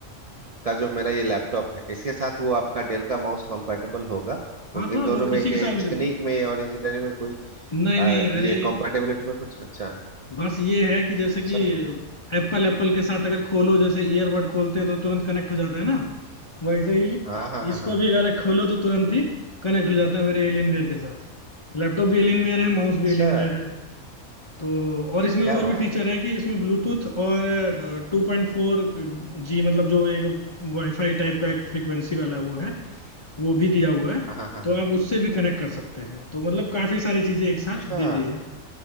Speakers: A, on the right; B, on the left.
A: का जो मेरा ये लैपटॉप है इसके साथ वो आपका डेल का माउस कंपैटिबल होगा उन-
B: हाँ हाँ
A: इन दोनों
B: वो
A: में
B: किसी
A: के
B: के साथ
A: तकनीक
B: भी चल
A: में और इंजीनियरिंग में कोई
B: नहीं
A: अ,
B: नहीं
A: ये
B: अरे
A: कंपैटिबिलिटी में कुछ अच्छा
B: बस ये है कि जैसे कि
A: सब
B: एप्पल एप्पल के साथ अगर खोलो जैसे ईयरबड खोलते हैं तो तुरंत कनेक्ट हो जाता है ना वैसे ही
A: हाँ हाँ हाँ
B: इसको
A: हाँ हाँ।
B: भी अगर खोलो तो तुरंत ही कनेक्ट हो जाता है मेरे एलियनवेयर के साथ लैपटॉप भी एलियनवेयर है माउस
A: अच्छा
B: भी एलियनवेयर है तो और इसमें
A: क्या
B: और
A: बात
B: भी फीचर है कि इसमें ब्लूटूथ और टू पॉइंट फोर जी मतलब जो एक वाईफाई टाइप का एक फ्रीक्वेंसी वाला वो है वो भी दिया हुआ है
A: हाँ हाँ हाँ
B: तो
A: हाँ
B: आप उससे भी कनेक्ट कर सकते हैं तो मतलब काफी सारी चीजें एक साथ
A: अच्छा
B: दे दी है